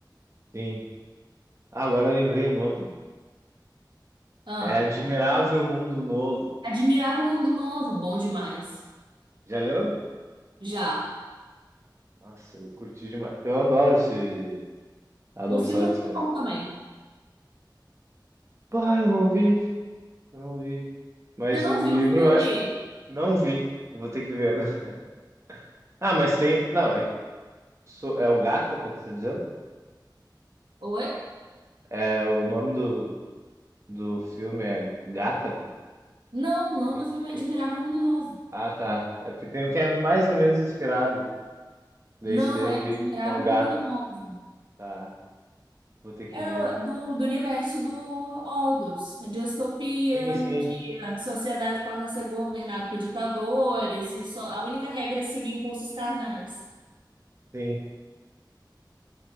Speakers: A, on the right (about 35°); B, on the right (about 80°).
A: Sim. Ah, agora eu lembrei o nome.
B: Ah,
A: É Admirável Mundo Novo.
B: admirava o mundo novo, bom demais.
A: Já leu?
B: Já.
A: Nossa, eu curti demais. Eu adoro esse Aldous
B: O filme
A: Huxley.
B: é muito bom também.
A: Pá, eu não vi, eu não vi. Mas
B: Você não
A: o
B: viu
A: livro
B: o filme?
A: eu acho. Não vi. Eu Vou ter que ver agora. <laughs> Ah, mas tem. Não, é, so- é o Gattaca, tu tá dizendo?
B: Oi?
A: É, o nome do, do filme é Gattaca.
B: Não, o nome
A: É,
B: do filme
A: é
B: é Admirável Mundo Novo.
A: Ah, tá. É porque tem um que é mais ou menos inspirado. Desse
B: Não
A: daí eu
B: é
A: vi
B: Admirável
A: que é o Gata.
B: Mundo Novo.
A: Tá, vou ter que
B: É
A: ver.
B: o- do, do universo do Aldous, a distopia,
A: Sim, sim,
B: que a sociedade passa a ser governada por ditadores e só, a única regra é seguir impulsos carnais.
A: sim.